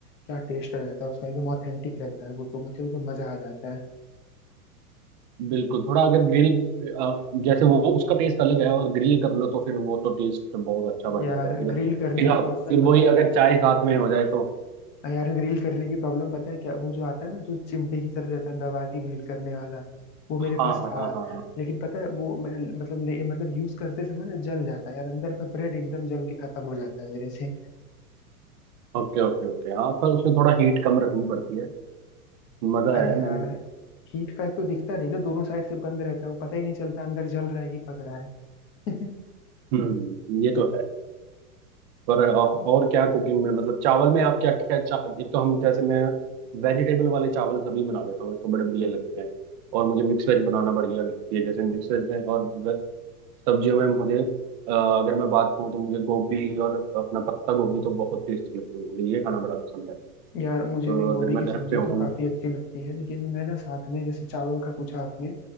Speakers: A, on the left (about 25°); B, on the right (about 30°).
A: क्या टेस्ट रहता है उसका एकदम ऑथेंटिक रहता है वो तो मतलब एकदम मजा आ जाता है
B: बिल्कुल थोड़ा अगर ग्रिल जैसे वो उसका टेस्ट अलग है और ग्रिल कर लो तो फिर वो तो टेस्ट बहुत अच्छा बन
A: यार
B: जाता है फिर
A: ग्रिल करने
B: फिर
A: की
B: आप
A: प्रॉब्लम
B: फिर वही
A: पता है
B: अगर
A: क्या
B: चाय साथ में हो जाए तो
A: हाँ यार ग्रिल करने की प्रॉब्लम पता है क्या वो जो आता है ना जो चिमटे की तरह रहता है दबा के ग्रिल करने वाला वो मेरे
B: हाँ
A: पास
B: हाँ
A: था
B: हाँ हाँ हाँ।
A: लेकिन पता है वो मैं मतलब ले, मतलब यूज करते समय ना जल जाता है यार अंदर का ब्रेड एकदम जल के खत्म हो जाता है मेरे से
B: ओके ओके ओके हाँ पर उसमें थोड़ा हीट कम रखनी पड़ती है मजा
A: अरे
B: है
A: यार
B: मैंने
A: हीट का एक तो दिखता नहीं ना दोनों साइड से बंद रहता है वो पता ही नहीं चलता अंदर जल रहा है कि पक रहा है
B: हम्म ये तो है पर औ-
A: <laughs>
B: और क्या कुकिंग में मतलब चावल में आप क्या क्या चा, एक तो हम जैसे मैं वेजिटेबल वाले चावल सभी बना लेता हूँ मेरे को बड़े बढ़िया लगते हैं और मुझे मिक्स वेज बनाना बढ़िया लगती है जैसे मिक्स वेज में और वे- सब्जियों में मुझे अ, अगर मैं बात करूँ तो मुझे गोभी और अपना पत्ता गोभी तो बहुत टेस्टी लगती है मुझे ये खाना बड़ा पसंद है
A: यार मुझे
B: तो
A: भी गोभी
B: अगर मैं
A: की
B: घर
A: सब्जी
B: पे हूँ
A: तो काफी अच्छी लगती है लेकिन मैं ना साथ में जैसे चावल का पूछा आपने